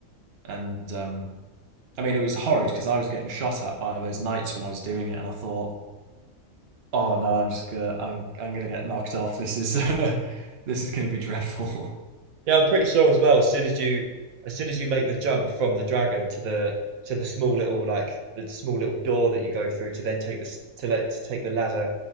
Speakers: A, on the right; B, on the right.
A: And um, I mean, it was horrid because I was getting shot at by those knights when I was doing it, and I thought, oh no, I'm just gonna I'm I'm gonna get knocked off. This is <laughs> this is gonna be dreadful. <laughs>
B: Yeah, I'm pretty sure as well. As soon as you, as soon as you make the jump from the dragon to the to the small little like the small little door that you go through to then take this to like to take the ladder